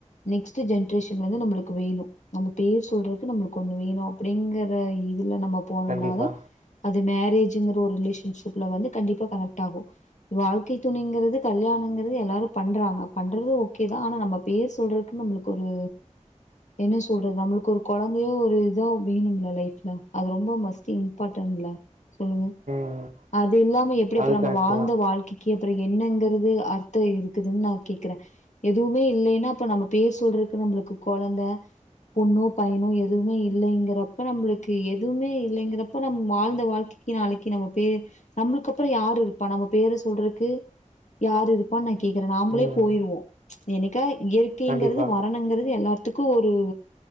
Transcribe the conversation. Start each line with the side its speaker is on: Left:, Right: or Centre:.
Left: நெக்ஸ்ட் ஜென்ரேஷன் வந்து நம்மளுக்கு வேணு நம்ம பேர் சொல்றக்கு நம்மக்கு ஒன்னு வேணும் அப்டிங்கற இது நம்ம போனோம்னா
Right: கண்டிப்பா.
Left: தான் அது மேரேஜ்கிற ஒரு ரிலேஷன்ஷிப்ல வந்து கண்டிப்பா கணேக்ட் ஆகும் வாழ்க்கை துனைங்கிறது கல்யாணங்கிறது எல்லாரு பண்றாங்க பண்றது ஓகே தான் ஆன நம்ம பேர் சொல்றக்கு நம்மளுக்கு ஒரு என்ன சொல்றது நம்மளுக்கு ஒரு கொழந்தையோ ஒரு இதோ வேணும்ல லைஃப்ல அது ரொம்போ மஸ்ட் இம்பார்ட்டன்ல சொல்லுங்க
Right: ம்.
Left: அது இல்லாம எப்டி
Right: அது
Left: ப்போ நம்ம
Right: கரெக்ட்டு
Left: வாழ்ந்த
Right: தான்.
Left: வாழ்க்கைக்கு அப்புறோ என்னங்கறது அர்த்தம் இருக்குதுன்னு நான் கேக்குறே எதுவு வுமே இல்லைன்னா அப்ப நம்ம பேர் சொல்றக்கு நம்மளுக்கு கொழந்த பொண்ணோ பயனோ எதுவுமே இல்லைங்கிறப்ப நம்பளுக்கு எதுவுமே இல்லைங்கிறப்ப நம் வாழ்ந்த வாழ்க்கைக்கு நாளைக்கு நம்ம பேர் நம்மளுக்கு அப்புறம் யாரு இருப்பா நம்ம பேரு சொல்றக்கு யாரு இருப்பான்னு நான் கேக்குறேன் நாமளே
Right: ம்.
Left: போயிருவோ ச்சு என்னைக்காய் இயற்கைங்கிறது
Right: கண்டிப்பா.
Left: வரணுங்கிறது எல்லா த்துக்கு ஒரு